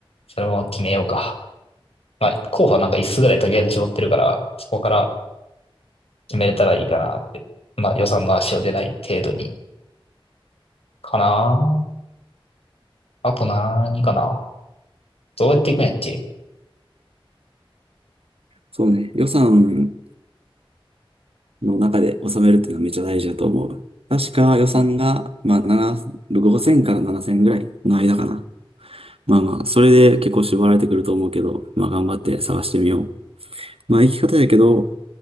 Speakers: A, on the left; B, on the right.
A: それも決めようか。まあ、候補はなんか5つつぐらいとりあえず絞ってるから、そこから決めれたらいいかなって。まあ、予算の足を出ない程度に。かなああと何かなどうやっていくんやっけ
B: そうね、予算の中で収めるっていうのはめっちゃ大事だと思う。確か予算が、まあ、7、5000から7000ぐらいの間かな。まあまあ、それで結構絞られてくると思うけど、まあ頑張って探してみよう。まあ行き方やけど、